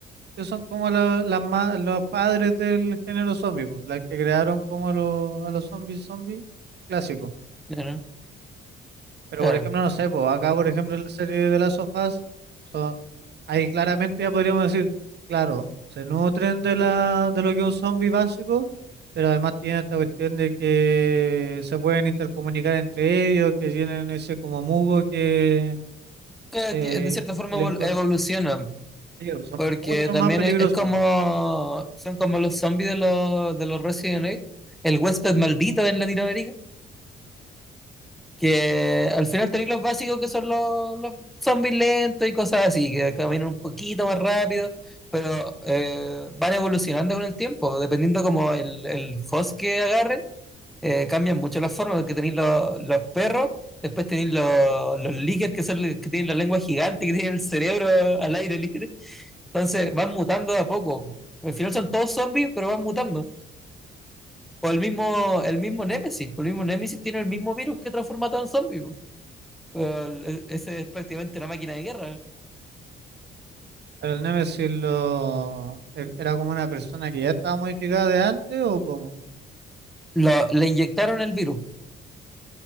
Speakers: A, on the right (about 55°); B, in the centre.
A: que son como la, las ma- los padres del género zombie, po, las que crearon como a los, a los zombies zombies clásicos.
B: claro,
A: Pero
B: claro.
A: por ejemplo, no sé, pues acá por ejemplo en la serie de las sofás, son, ahí claramente ya podríamos decir, claro, se nutren de la, de lo que es un zombie básico, pero además tienen esta cuestión de que se pueden intercomunicar entre ellos, que tienen ese como mugo que,
B: Que-
A: eh,
B: que de cierta forma
A: que
B: evol-
A: le informa
B: evolucionan
A: a ellos, son
B: Porque
A: mucho
B: también
A: más peligrosos.
B: es, es como, son como los zombies de los, de los Resident Evil, el huésped maldito en Latinoamérica, que al final tenéis los básicos que son los, los zombies lentos y cosas así, que caminan un poquito más rápido, pero eh, van evolucionando con el tiempo, dependiendo como el, el host que agarren eh, cambian mucho las formas, porque tenéis los, los perros, después tenéis los, los líquers, que son los que tienen la lengua gigante, que tienen el cerebro al aire libre. Entonces van mutando de a poco. Al final son todos zombies, pero van mutando. O el mismo, el mismo Némesis, pues el mismo Némesis tiene el mismo virus que transforma a todo en zombie. pues. Eh, El- Ese es prácticamente una máquina de guerra.
A: El Nemesis lo, e- era como una persona que ya estaba modificada de antes o como,
B: Lo- le inyectaron el virus,